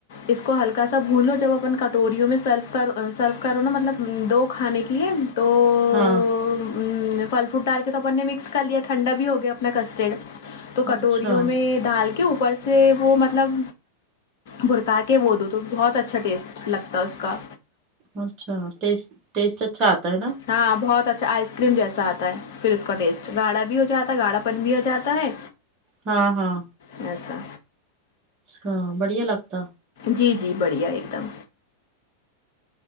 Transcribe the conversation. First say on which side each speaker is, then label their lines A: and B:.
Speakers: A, on the left; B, on the right.
A: اس کو ہلکا سا بھونو جب اپن کٹوریوں میں سرو کر سرو کرو نا مطلب دو کھانے کی پلیم تو
B: ہاں
A: تو پھل فروٹ ڈال کے تو اپن نے مکس کر لیا ٹھنڈا بھی ہو گیا اپنا کسٹرڈ تو کٹوریوں
B: اچھا
A: میں ڈال کے اوپر سے وہ مطلب بھرکا کے وہ دو تو بہت اچھا ٹیسٹ لگتا ہے اس کا
B: اچھا ٹیسٹ ٹیسٹ اچھا آتا ہے نا
A: ہاں بہت اچھا آئس کریم جیسا آتا ہے پھر اس کا ٹیسٹ گاھا بھی ہو جاتا ہے گاڑھا پن بھی ہو جاتا ہے
B: ہاں ہاں
A: ایسا
B: ہاں بڑھیا لگتا
A: جی جی بڑھیا ایک دم